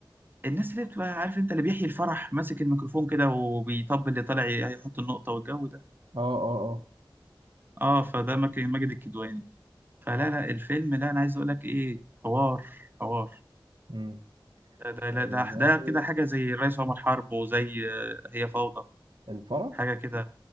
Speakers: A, on the right; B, on the right.
A: الناس اللي بتبقى عارف انت اللي بيحيي الفرح ماسك الميكروفون كده وبيطبل اللي طالع ي- هيحط النقطه والجو ده
B: اه اه اه
A: اه فده ماجد ماجد الكدواني فلا لا الفيلم ده انا عايز اقول لك ايه حوار حوار
B: امم
A: ده ده
B: والله
A: ده, ده كده حاجه زي الرئيس عمر حرب وزي آه، هي فوضى
B: الفرح
A: حاجه كده